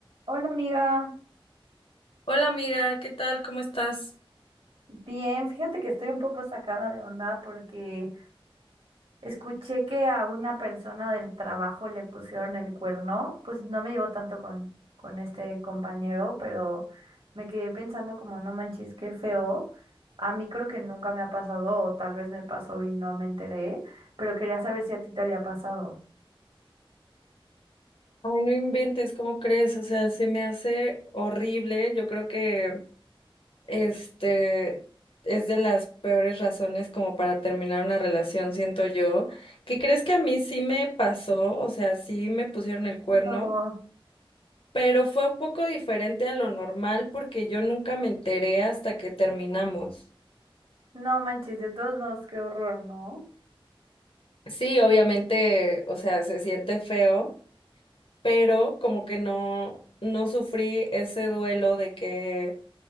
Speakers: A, on the right; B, on the left.
A: Hola amiga,
B: Hola amiga, ¿qué tal? ¿Cómo estás?
A: bien, fíjate que estoy un poco sacada de onda porque escuché que a una persona del trabajo le pusieron el cuerno, pues no me llevo tanto con, con este compañero, pero me quedé pensando como no manches, qué feo. A mí creo que nunca me ha pasado, o tal vez me pasó y no me enteré, pero quería saber si a ti te había pasado.
B: Ay, no inventes, ¿cómo crees? O sea, se me hace horrible. Yo creo que este es de las peores razones como para terminar una relación, siento yo. ¿Qué crees que a mí sí me pasó? O sea, sí me pusieron el cuerno,
A: No,
B: pero fue un poco diferente a lo normal porque yo nunca me enteré hasta que terminamos.
A: no manches, de todos modos, qué horror, ¿no?
B: Sí, obviamente, o sea, se siente feo. pero como que no, no sufrí ese duelo de que